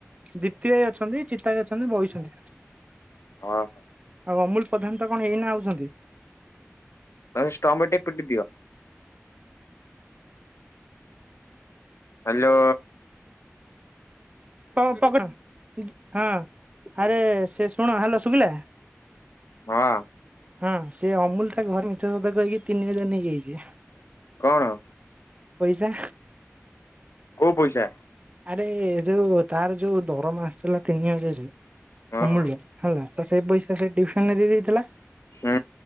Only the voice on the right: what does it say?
ଦୀପ୍ତି ଭାଇ ଅଛନ୍ତି, ଚିତ ଭାଇ ଅଛନ୍ତି ବଇଛନ୍ତି।
ଆଉ ଅମୁଲ ପ୍ରଧାନ ତ କଣ ଏଇନା ଆଉଛନ୍ତି।
ପ-ପକଡ ହଁ ଆରେ ସେ ଶୁଣ ହ୍ୟାଲୋ, ଶୁଭିଲା?
ହଁ ସେ ଅମୁଲ ତା ଘରେ ମିଛ ସତ କହିକି ତିନି ହଜାର ନେଇଆଇଚି।
ପଇସା।
ଆରେ ଏ ଯୋଉ ତାର ଯୋଉ ଦରମା ଆସିଥିଲା ତିନି ହଜାରେ
ଅମୁଲ ର ହେଲା, ତ ସେଇ ପଇସା ସେ ଟିଉସନ ରେ ଦେଇ ଦେଇଥିଲା।